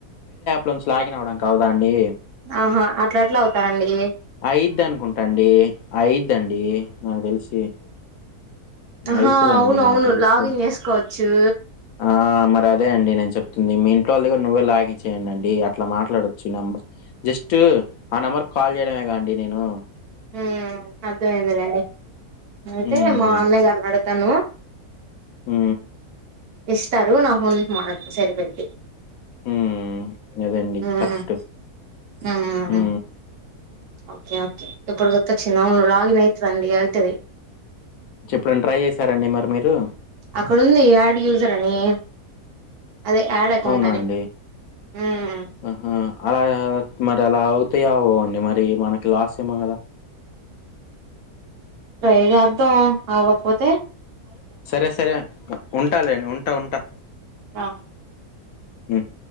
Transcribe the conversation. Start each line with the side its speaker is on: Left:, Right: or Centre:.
Left: లొంచి లాగిన్ అవ్వడానికి అవ్వదా అండి
Right: ఆహా అట్లా అట్లా అవుతాయండి
Left: అయిద్దనుకుంటాండి అయిద్దండి నాకు తెలిసి
Right: ఆహ
Left: అయితదండి
Right: అవునవును
Left: నాకు తెలిసి.
Right: లాగిన్ చేసుకోవచ్చు
Left: ఆ! మరి అదే అండి నేను చెప్తుంది మీ ఇంట్లో వాళ్ళది కూడ నువ్వే లాగిన్ చేయయండి అండి అట్లా మాట్లాడోచ్చు ఈ నెంబర్ జస్ట్ ఆ నెంబర్ కాల్ చేయడమే కా అండి నేను
Right: హు అర్థమైందిలేండి అయితే
Left: హ్మ్.
Right: మా అన్నయ్య గారిని అడ్ తాను
Left: హు
Right: ఇస్తారు నా ఫోన్ నుంచి మాట్లాడుత సరిపోఇద్ది
Left: హు అదేండి
Right: ఉమ్
Left: కరెక్ట్
Right: ఉమ్
Left: హు
Right: ఓకే ఓకే ప్పుడు చ్చనవ్ లాగిన్ అయితదండి అద్ తది
Left: చెప్పడన్న ట్రై చేశార అండి మరి మీరు
Right: అక్కడ ఉంది యాడ్ యూజర్ అని అదే యాడ్ అకౌంట్
Left: అవునా
Right: అదే
Left: అండి?
Right: హ్మ్
Left: ఆహా! అలా ఏ మరి అలా అవుతాయే అవ్వవో అండి మరి మనకి లాస్ ఏమో కదా
Right: ట్రై చేద్దాం ఆవ్వకపోతే
Left: సరే సరే ఉంటా లేండి ఉంటా ఉంటా
Right: ఆ
Left: హ్మ్